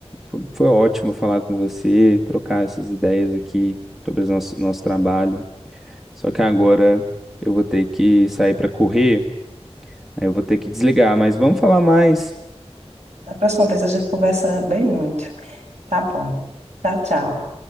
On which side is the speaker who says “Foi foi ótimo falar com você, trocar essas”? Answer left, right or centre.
Centre